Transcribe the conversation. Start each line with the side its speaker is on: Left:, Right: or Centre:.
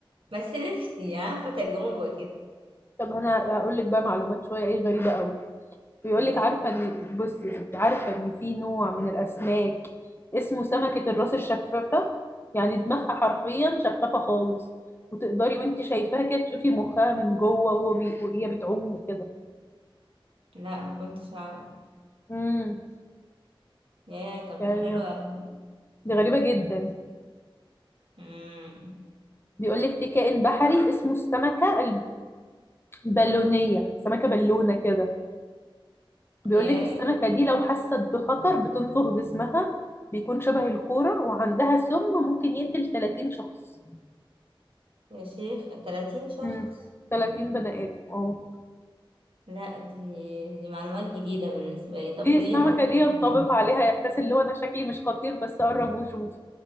Right: بس نفسي عارفة تجربة كده
Left: طب أنا هقول لك بقى معلومات شوية إيه غريبة أوي بيقول
Right: قوليلي
Left: لك عارفه ان بصي يا ستي عارفه ان في نوع من الاسماك اسمه سمكه الراس الشفافه يعني دماغها حرفيا شفافه خالص وتقدري وانت شايفاها كده تشوفي مخها من جوه وهو بي... وهي بتعوم وكده
Right: لا ما كنتش اعرف
Left: امم
Right: يا طب
Left: يعني
Right: ده حلو أوي
Left: دي غريبه جدا
Right: امم
Left: بيقول لك في كائن بحري اسمه السمكه البالونيه سمكه بالونه كده بيقول
Right: يا
Left: لك السمكه دي لو حست بخطر بتنفخ جسمها بيكون شبه الكوره وعندها سم ممكن يقتل 30 شخص
Right: يا شيخ 30 شخص
Left: مم. 30 بني آدم اه
Right: لا دي دي معلومات جديدة بالنسبة لي طب
Left: دي
Right: قولي
Left: السمكة
Right: لي حاجة
Left: دي ينطبق
Right: تانية.
Left: عليها إحساس اللي هو أنا شكلي مش خطير بس قرب وشوف